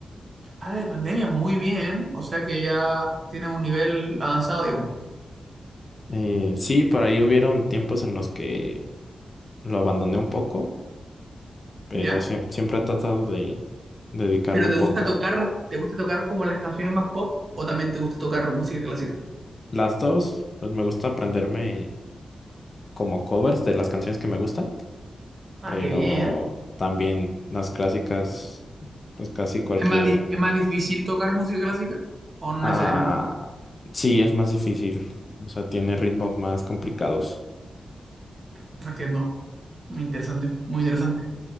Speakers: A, on the right (about 35°); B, on the left (about 35°).
A: Ah, de pandemia, muy bien. O sea que ya tienes un nivel avanzado, digamos.
B: Eh, sí, por ahí hubieron tiempos en los que lo abandoné un poco, pero
A: ¿Ya?
B: sie- siempre he tratado de dedicarlo
A: ¿Pero
B: un
A: te
B: poco.
A: gusta tocar, te gusta tocar como las canciones más pop o también te gusta tocar música clásica?
B: Las dos, pues me gusta aprenderme como covers de las canciones que me gustan,
A: Ah,
B: pero
A: qué bien.
B: también las clásicas, pues casi cualquier.
A: ¿Es más, di- es más difícil tocar música clásica o no
B: Ah,
A: necesariamente?
B: sí, es más difícil, o sea, tiene ritmos más complicados.
A: Entiendo. Muy interesante, muy interesante.